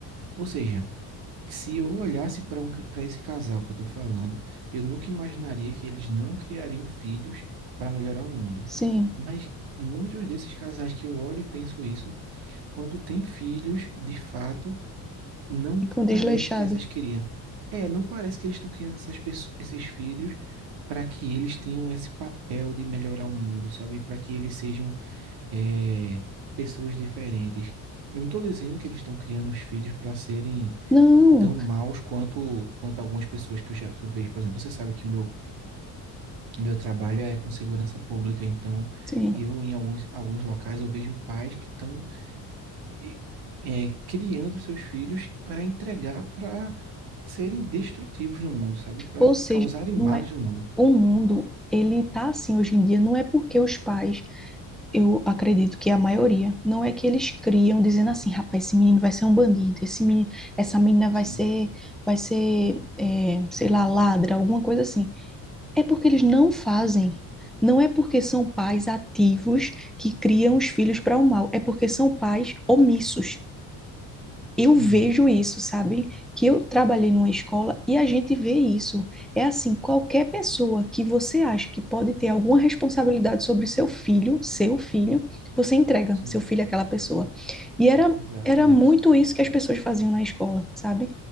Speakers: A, on the right; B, in the centre.
A: Ou seja, que se eu olhasse para um, para esse casal que eu tô falando, eu nunca imaginaria que eles não criariam filhos para melhorar o mundo.
B: Sim,
A: Mas muitos desses casais que eu olho e penso isso, quando têm filhos, de fato não
B: e com
A: parece
B: desleixados.
A: que essas queriam É, não parece que eles estão criando essas pesso- esses filhos para que eles tenham esse papel de melhorar o mundo, sabe? Para que eles sejam é, pessoas diferentes. Eu não estou dizendo que eles estão criando os filhos para serem
B: Não,
A: tão maus quanto quanto algumas pessoas que eu já que eu vejo, por exemplo. Você sabe que meu meu trabalho é com segurança pública, então
B: sim.
A: eu em alguns alguns locais eu vejo pais que estão e, é, criando seus filhos para entregar para serem destrutivos no mundo, sabe? Para
B: Ou seja,
A: causarem males
B: não é
A: no mundo.
B: o mundo, ele tá assim hoje em dia, não é porque os pais Eu acredito que é a maioria. Não é que eles criam dizendo assim, rapaz, esse menino vai ser um bandido, esse menino, essa menina vai
A: Sim.
B: ser, vai ser, é, sei lá, ladra, alguma coisa assim. É porque eles não fazem. Não é porque são pais ativos que criam os filhos para o mal, é porque são pais omissos. Eu
A: Uhum.
B: vejo isso, sabe? Que eu trabalhei numa escola e a gente vê isso. É assim, qualquer pessoa que você acha que pode ter alguma responsabilidade sobre seu filho, seu filho, você entrega
A: Sim,
B: seu filho àquela pessoa. E era,
A: exatamente.
B: era muito isso que as pessoas faziam na escola, sabe?